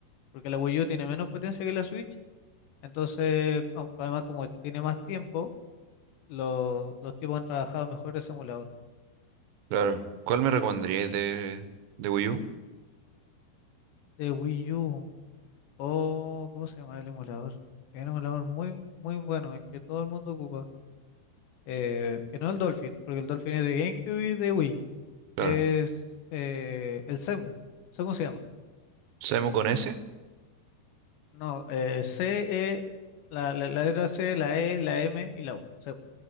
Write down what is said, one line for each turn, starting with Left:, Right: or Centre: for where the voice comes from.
Left: porque la Wii U tiene menos potencia que la Switch Entonces, au- además como tiene más tiempo, lo- los tipos han trabajado mejor ese emulador.
Right: Claro. ¿Cuál me recomendaríais de, de Wii U?
Left: De Wii U, o ¿cómo se llama el emulador? Es un emulador muy, muy bueno, el que todo el mundo ocupa. Eh, que no es el Dolphin, porque el Dolphin es de GameCube y de Wii.
Right: Claro.
Left: Es eh, el CEMU. ¿Cómo se llama?
Right: ¿Samu con ese?
Left: No, eh, C, E, la, la, la letra C, la E, la M y la U. CEMU,